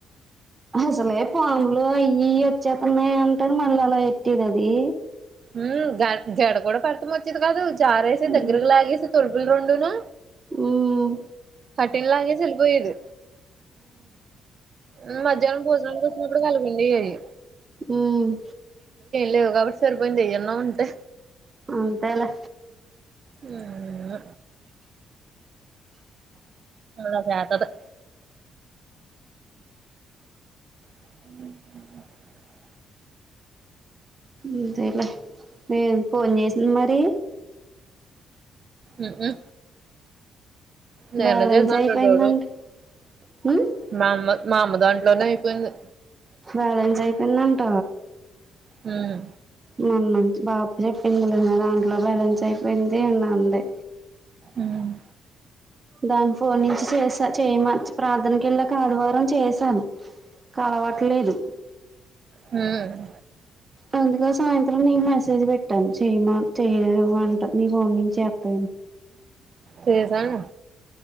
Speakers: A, on the right; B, on the right.
A: అసలే పాములు అయి ఇయి వచ్చేతున్నాయి అంటడు మళ్ళీ అలా ఎట్టిది అది
B: ఉమ్ గ జడ కూడా పడతం వచ్చేది కాదు జారేసి
A: ఉమ్
B: దగ్గరకి లాగేసి తులుపులు రెండును
A: ఉమ్
B: కటిన్లాంగెసి వెళ్ళిపోయేది ఉమ్ మధ్యాహ్నం భోజనానికి వచ్చినప్పుడు కలుగండేయి అయి
A: ఉమ్
B: లేవు కాబట్టి సరిపోయింది అయిన్న ఉంటే
A: అంతేలే
B: ఉమ్ ఆ గ్యాతదు అ
A: అంతేలే నే ఫోన్ చేసింది మరి
B: ఉ ఉ నిన్న
A: బ్యాలెన్స్
B: చేసాంటండోడు
A: అయిపోయిందంట ఉమ్
B: మా అమ్మ మా అమ్మ దాంట్లోనే అయిపోయింది
A: బ్యాలెన్స్ అయిపోయిందంట
B: హ్మ్మ్
A: మన్న బాప చెప్పిందిద దాంట్లో బ్యాలెన్స్ అయిపోయింది అ అంది
B: ఉమ్
A: దానికి ఫోన్ నుంచి చేసా చేయమ ప్రార్థనక వెళ్ళక ఆదివారం చేసాను కలవట్లేదు
B: హ్మ్మ్
A: అందుకోసం సాయంత్రం నీను మెసేజ్ పెట్టాను చేయమ చేయ అంట నీ ఫోన్ నుంచి చేస్త
B: చేసాను